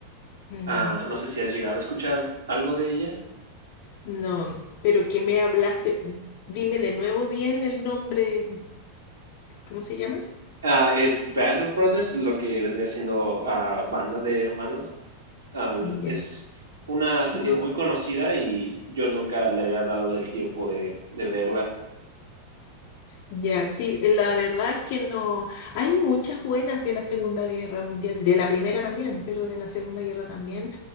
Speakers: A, on the left; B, on the right.
A: Mm,
B: Ah, no sé si has llegado a escuchar algo de ella.
A: No, pero que me hablaste, dime de nuevo bien el nombre, ¿cómo se llama?
B: Ah, es Band of Brothers, lo que vendría siendo ah, Banda de Hermanos. Ah,
A: Ya.
B: es una serie
A: No,
B: muy conocida y yo nunca le había dado el tiempo de, de verla.
A: Ya, sí, la verdad es que no. Hay muchas buenas de la Segunda Guerra Mundial, de la primera también, pero de la Segunda Guerra también.